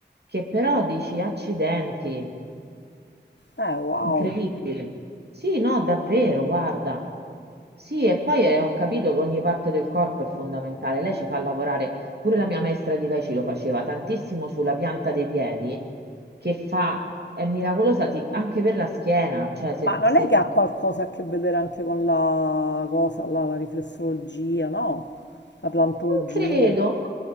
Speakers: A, on the right; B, on the left.
A: che però dici accidenti.
B: Eh, wow.
A: Incredibile. Sì, no, davvero, guarda. Sì, e poi eh, ho capito che ogni parte del corpo è fondamentale. Lei ci fa lavorare, pure la mia maestra di Tai Chi lo faceva tantissimo sulla pianta dei piedi, che fa, è miracolosa ti- anche per la schiena, cioè se,
B: Ma non
A: se
B: è che ha qualcosa a che vedere anche con la cosa, là, la riflessologia, no? La plantologia.
A: Non credo, no,